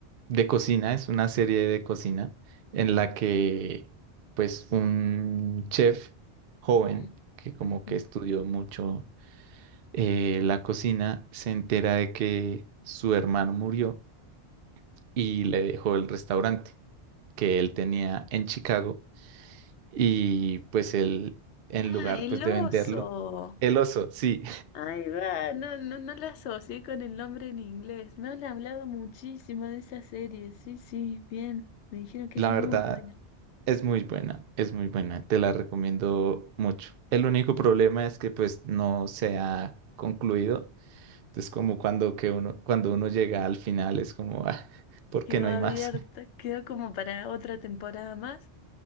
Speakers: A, on the right; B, on the left.
A: de cocina, es una serie de cocina en la que pues un chef joven
B: Mm,
A: que como
B: ujú.
A: que estudió mucho eh, la cocina se entera de que su hermano murió y le dejó el restaurante que él tenía en Chicago y pues él en
B: Ah,
A: lugar
B: el
A: pues de
B: oso.
A: venderlo, el oso, sí,
B: Ahí va, no, no, no la asocié con el nombre en inglés. Me han hablado muchísimo de esa serie. Sí, sí, bien. Me dijeron que
A: La
B: es muy
A: verdad,
B: buena.
A: es muy buena, es muy buena, te la recomiendo mucho. El único problema es que pues no se ha concluido. Entonces, como cuando que uno, cuando uno llega al final es como, ah, <laughs> ¿por
B: Quedó
A: qué no hay
B: abierta,
A: más? <laughs>
B: quedó como para otra temporada más.